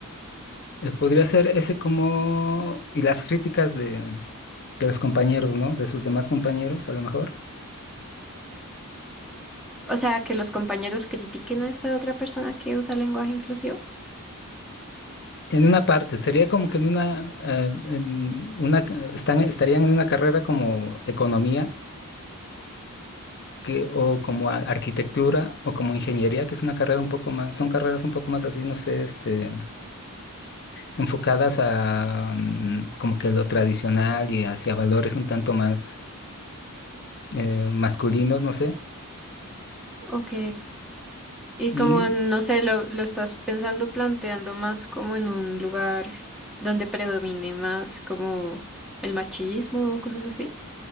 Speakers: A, on the left; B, in the centre.
A: Eh, Podría ser ese como... y las críticas de, de los compañeros, ¿no? De sus demás compañeros, a lo mejor.
B: O sea, que los compañeros critiquen a esta otra persona que usa lenguaje inclusivo.
A: En una parte, sería como que en una... eh, en una ca- están, estarían en una carrera como economía, que, o como a- arquitectura, o como ingeniería, que es una carrera un poco más... Son carreras un poco más así, no sé, este, enfocadas a mm, como que lo tradicional y hacia valores un tanto más eh, masculinos, no sé.
B: Ok. Y
A: Y
B: como no sé, lo, lo estás pensando planteando más como en un lugar donde predomine más como el machismo o cosas así.